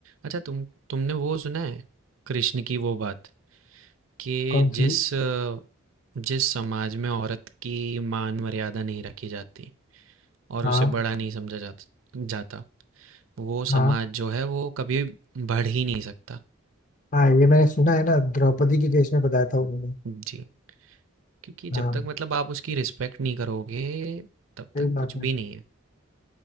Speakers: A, on the right; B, on the left.
A: अच्छा तुम तुमने वो सुना है कृष्ण की वो बात कि
B: कौन
A: जिस
B: सी
A: अ, जिस समाज में औरत की मान मर्यादा नहीं रखी जाती और
B: हाँ
A: उसे बड़ा नहीं समझा जाता जाता वो
B: हाँ
A: समाज जो है वो कभी बढ़ ही नहीं सकता
B: हाँ ये मैंने सुना है ना द्रौपदी के केस में बताया था उन्होंने
A: जी क्योंकि जब
B: हाँ
A: तक मतलब आप उसकी रिस्पेक्ट नहीं करोगे तब
B: सही
A: तक
B: बात
A: कुछ भी
B: है
A: नहीं है